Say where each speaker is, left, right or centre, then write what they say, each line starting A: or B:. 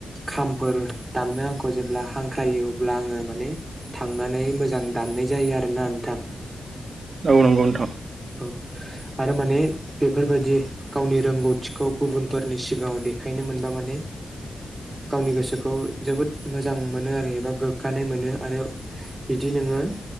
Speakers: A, on the right; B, on the right.
A: खामफोर दामनो आंखौ जेब्ला हांख्रायो अब्ला आङो माने थांनानै मोजां दाननाय जायो आरोना नोंथां
B: ओ नंगौ नोंथां
A: औ आरो माने बेफोरबायाददि गावनि रोंगौथि खौ गुबुनफोरनि सिगाङाव देखायनो मोनबा माने गावनि गोसोखौ जोबोद मोजां मोनो आरो एबा गोग्गानाय मोनो आरो बिदिनो <unintelligible>